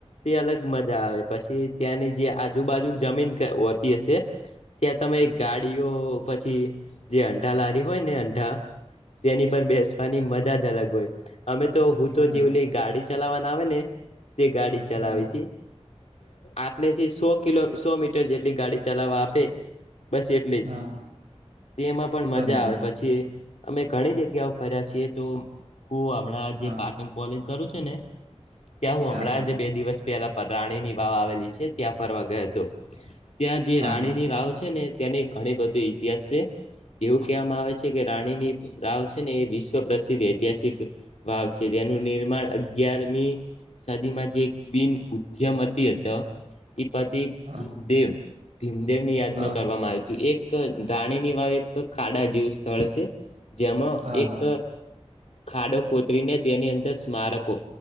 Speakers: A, on the left (about 75°); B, on the right (about 80°).
A: તે અલગ મજા આવે પછી ત્યાંની જે આજુબાજુ જમીન હોતી હશે ત્યાં તમે ગાડીઓ પછી જે અંટાર લારી હોય ને અંટાર તેની પર બેસવાની મજા જ અલગ હોય અમે તો હું તો
B: હા
A: જેવલી ગાડી ચલાવવાના આવે ને તે ગાડી ચલાવીથી
B: હા
A: આટલે થી સો કિલો સો મીટર જેટલી ગાડી ચલાવા આપે બસ એટલે
B: હા
A: જ તેમાં પણ
B: બરોબર
A: મજા આવે પછી અમે ઘણી જગ્યાઓ ફર્યા છીએ તો હું હમણાં
B: હા
A: જે પાટણ કોલેજ કરું છે ને ત્યાં હું
B: હા
A: હમણાં
B: હા હા હા હા બરોબર હા હા હા
A: જ બે દિવસ પેલા રાણીની વાવ આવેલી છે ત્યાં ફરવા ગયો હતો ત્યાં જે રાણીની
B: હા
A: વાવ છે ને ત્યાંની ઘણી બધી ઇતિહાસ છે એવું કહેવામાં આવે છે કે રાણીની વાાવ છે ને એ વિશ્વ પ્રસિદ્ધ ઐતિહાસિક વાવ છે તેનું નિર્માણ અગિયારમી સદીમા જે ક્વીિન ઉધ્યમ <unintelligible> પતિ
B: હા
A: ભીમદેવ ભીમદેવની યાદમાં
B: હા
A: કરવામાં આવ્યું હતું એક રાણીની વાવ એક ખાડા જેવું સ્થળ છે જેમાં
B: હા
A: એક ખાડો ખોતરીને તેની અંદર સ્મારકો